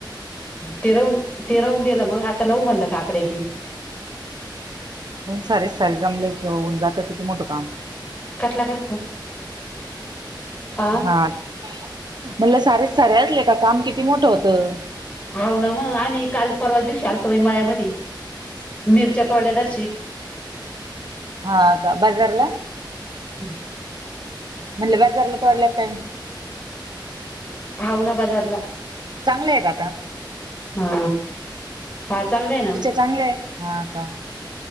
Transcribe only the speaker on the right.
सारेच सारे जमले होऊन जातं किती मोठं काम.
हा म्हटलं सारे सारे असले का काम किती मोठं होतं.
हा का बाजारला.
मला बाजारला तोडलं तेन
चांगले आहे का आता
चांगलंय हा का?